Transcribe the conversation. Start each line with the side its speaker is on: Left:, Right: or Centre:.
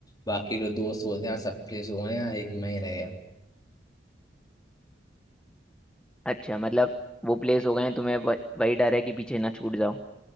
Left: बाकी जो दोस्त बोलते हैं सब प्लेस हुए हैं यहाँ, एक मैं ही रह गया
Centre: अच्छा मतलब वो प्लेस हो गए हैं तुम्हें वह- वही डर है कि पीछे ना छूट जाओ